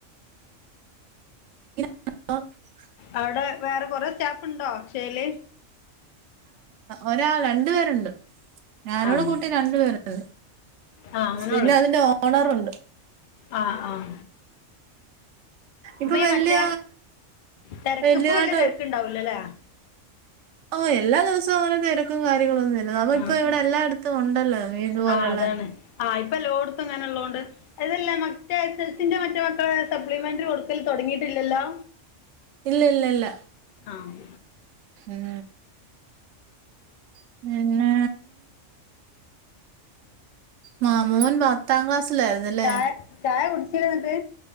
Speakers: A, on the right; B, on the left.
A: <unintelligible>
B: അവിടെ വേറെ കൊറെ സ്റ്റാഫ് ഉണ്ടോ അക്ഷയയിൽ
A: ഒരാൾ രണ്ടു പേരുണ്ട് ഞാനോടു
B: ആഹ്
A: കൂട്ടി രണ്ടു പേരുണ്ട്
B: ആഹ് അങ്ങനെ
A: പിന്നെ അതിന്റെ ഓണറുണ്ട്.
B: ആ ആഹ
A: ഇപ്പൊ
B: ഇപ്പ
A: വല്യ
B: മറ്റേ തെരക്കിപ്പൊ
A: വല്യതായിട്ട്
B: വലിയ തെരക്കു ണ്ടാവില്ലല്ലേ?
A: ഓ എല്ലാ ദിവസവും അങ്ങനെ തിരക്കും കാര്യങ്ങളൊ ഒന്നും ഇല്ല
B: ആഹ്
A: നമ്മളിപ്പോ ഇവിടെ എല്ലായിടത്തും ഉണ്ടല്ലോ ഇതുപോലുള്ള
B: ആഹ് അതാണ് ആഹ് ഇപ്പ എല്ലോട്ടുത്തും ഇങ്ങനെ ഉള്ള തോണ്ട്. അതല്ലേ മറ്റേ എസ്‌എൽസിന്റെ മറ്റേ മക്കളെ സപ്ലിമെന്റ് കൊടുക്കല് തൊടങ്ങിട്ടില്ലല്ലോ?
A: ഇല്ല ഇല്ല ഇല്ല
B: ആഹ
A: ഉം <unintelligible> മാ മോൻ പത്താം ക്ലാസ്സിലായിന്നല്ലേ?
B: ചായ ചായ കുടിച്ചിലെന്നിട്ട്?